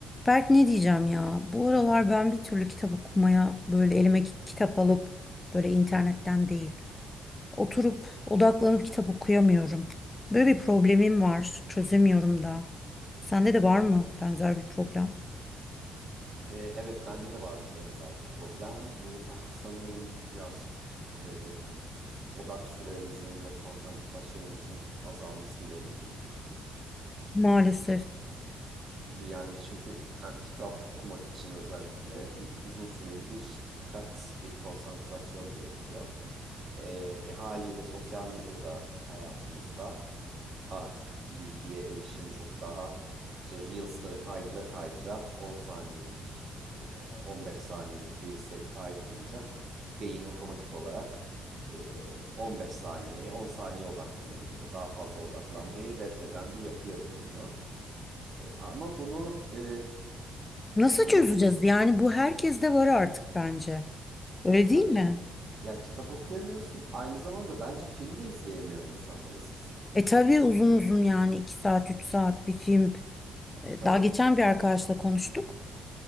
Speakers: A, on the left; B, on the right.
A: Berk ne diyeceğim ya? Bu aralar ben bir türlü kitap okumaya böyle elime ki- kitap alıp böyle internetten değil. Oturup odaklanıp kitap okuyamıyorum. Böyle bir problemim var. Çözemiyorum da. Sende de var mı benzer bir problem?
B: Ee, evet bende de var benzer bir problem. Bu <sighs> sanırım birazcık e, odak süremizin ve konsantrasyonumuzun azalmasıyla ilgili bir durum.
A: Maalesef.
B: Bir yani çünkü yani kitap okumak için özellikle bir uzun süreli bir dikkat, bir konsantrasyon gerekiyor. Ee, e, haliyle sosyal medyada hayatımızda. Artık bilgiye erişim çok daha işte Reels'ları kaydıra kaydıra 10 saniyelik, e, 15 saniyelik Reels'ları kaydırınca beyin otomatik olarak e, 15 saniyeye 10 saniye odaklanabiliyor. Daha fazla odaklanmayı reddeden bir yapıya bürünüyor. E, ama bunu e,
A: Nasıl
B: bunu
A: çözeceğiz?
B: değiş
A: Yani bu herkeste var artık bence. Öyle
B: tabii
A: değil mi?
B: ya kitap okuyamıyorsun aynı zamanda bence film de izleyemiyor insanlar eskisi gibi.
A: E tabii uzun uzun yani 2 saat 3 saat bir film. E,
B: Tabii.
A: Daha geçen bir arkadaşla konuştuk.